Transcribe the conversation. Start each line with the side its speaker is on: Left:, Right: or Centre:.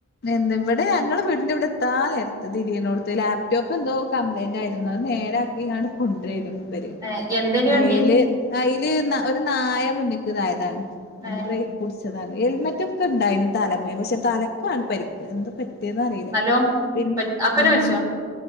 Left: ന്താ ഇവിടെ ഞങ്ങൾ വീടിന്റെ ഇവിടെ എത്താ നേരത്ത് തിരിയനോട്‌ത്ത് ലാപ്ടോപ്പെന്തോ കംപ്ലൈന്റ് ആയിരുന്നു അത് നേരാക്കിങ്ങാണ്ട് കൊൻഡ്രെരുന്നു പര്
Right: ഏഹ് എന്തേനി വണ്ടി
Left: അയ്ല് അയ്ല് ന്ന ഒരു നായ മുന്നിക്ക്‌ തായതാണ്
Right: ഏഹ്
Left: ബ്രേക്ക് പുടിച്ചതാണ് ഹെൽമറ്റൊക്കെ ഉണ്ടായിരുന്നു തലപ്പെ പക്ഷെ തലക്കാണ് പരിക്ക് എന്തോ പറ്റിയന്നറിയില്ല
Right: നല്ലോം
Left: പിന്നെ
Right: പറ്റ് അപ്പനെ
Left: ആഹ്
Right: മരിച്ചോ